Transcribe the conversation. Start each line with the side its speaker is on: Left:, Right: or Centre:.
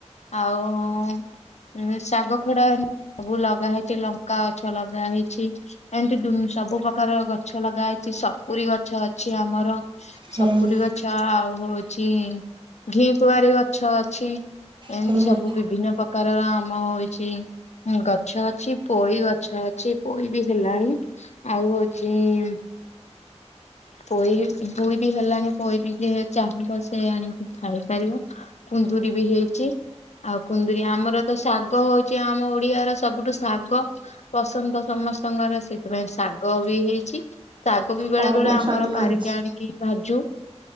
Left: ଆଉ-ଉଁ ଶାଗ ଖଡା ସବୁ ଲଗା ହେଇଛି, ଲଙ୍କା ଗଛ ଲଗା ହେଇଛି, ଏମିତି ଦୁନ୍ ସବୁ ପ୍ରକାର ଗ୍ ଛ ଲଗା ହେଇଛି, ସପୁରି ଗଛ ଅଛି ଆମର।
Right: ହୁଁ।
Left: ସପୁରୀ ଗଛ ଆଉ, ହଉଚିଁ ଘିଁ କୁଆଁରି ଗଛ ଅଛି। ଏମିତି
Right: ହଁ
Left: ସବୁ ବିଭିନ୍ନ ପ୍ରକାରର ଆମ ହଉଚିଁ। ଉଁ ଗଛ ଅଛି, ପୋଇ ଗଛ ଅଛି। ପୋଇ ବି ହେଲାଣି। ଆଉ ହଉଚିଁ-ଇଁମ୍ ପୋଇ, ପୁଇ ବି ହେଲାଣି, ପୋଇ ବି ଯିଏ ଚାହିଁବ, ସେ ଆଣିକି ଖାଇବ। ପାରିବ। କୁନ୍ଦୁରି ବି ହେଇଚି। ଆଉ କୁନ୍ଦରି, ଆମର ତ ଶାଗ ହଉଛି, ଆମ ଓଡିଆ ର ସବୁଠୁ ଶାଗ ପସନ୍ଦ ସମସ୍ତଙ୍କର। ସେଇଥିପାଇଁ ଶାଗ ବି ହେଇଛି। ଶାଗ ବି ବେଳେ
Right: କଣ
Left: ବେଳେ
Right: କଣ
Left: ଆମର
Right: ଶାଗ ଲାଗିଛି?
Left: ପାରିକି ଆଣିକି ଭାଜୁ।